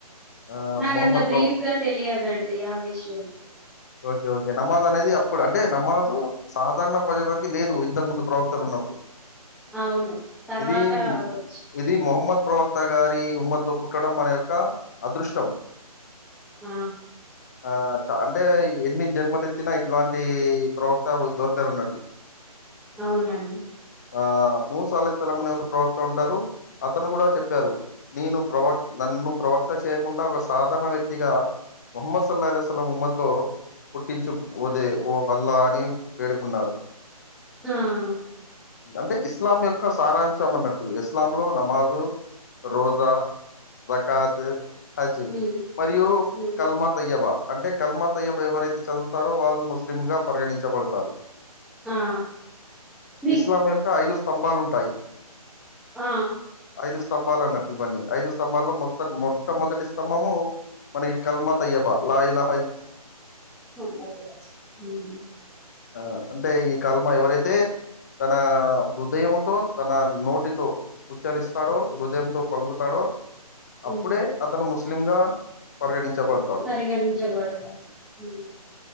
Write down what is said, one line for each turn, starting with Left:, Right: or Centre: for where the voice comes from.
Left: ఆహ్,
Centre: నాకంత
Left: మొహమ్మద్
Centre: బ్రీఫ్గా
Left: ప్రొ
Centre: తెలియదండి ఆ విషయం
Left: ఓకే. నమాజ్ అనేది అప్పుడు అంటే నమాజ్ సాధారణ ప్రజలకి లేదు ఇంతకు ముందు ప్రవక్తలు ఉన్నప్పుడు
Centre: అవును తర్వాత
Left: ఇది
Centre: వచ్చి
Left: ఇది మహమ్మద్ ప్రవక్త గారి ఉమ్మత్ లో పుట్టడం మన యొక్క అదృష్టం
Centre: ఆ
Left: ఆ అంటే ఎన్ని జన్మలు ఎత్తినా ఇట్లాంటి ప్రవక్త దొరకారున్నట్టు
Centre: అవునండి
Left: ఆ మూస్ అల్ల్ ప్రవక్త ఉంటారు అతను కూడా చెప్పారు నేను ప్రవక్త నన్ను ప్రవక్త చేయకుండా ఒక సాధారణ వ్యక్తిగా ముహమ్మద్ సల్లాల్ సలం ముహ్మద్ లో పుట్టించుదే ఓ వల్లా అని వేడుకున్నారు
Centre: ఉమ్
Left: అంటే ఇస్లాం యొక్క సారాంశం అన్నట్టు ఇస్లాం లో నమాజు రోజా జకాత్ హజ్
Centre: ఉమ్
Left: మరియు
Centre: ఉమ్
Left: కల్మా తయ్యబ అంటే కల్మా తయ్యబ ఎవరైతే చదువుతారో వాళ్ళు ముస్లిం గా పరిగణించబడతారు
Centre: ఆ మీ
Left: ఇస్లాంక్క ఐదు స్తంభాలుంటాయి
Centre: ఆ
Left: ఐ స్తంబాలన్నట్టు ఇవన్నీ ఐదు స్ంభాల్లో మొ మొట్టమొదటి స్తంభము మనకి కల్మత్ అయ్యబ లాలా
Centre: అే
Left: ఆ అంటే ఈ కాలమా ఎవరైతే తన హృదయంతో తన నోటితో ఉచ్చరిస్తాడో హృదయంతో పలుగుతాడో అప్పుడే
Centre: ఉమ్
Left: అతను ముస్లిం గా పరిగణించ చెబడతాడు
Centre: పరిగణించబడతారు ఉమ్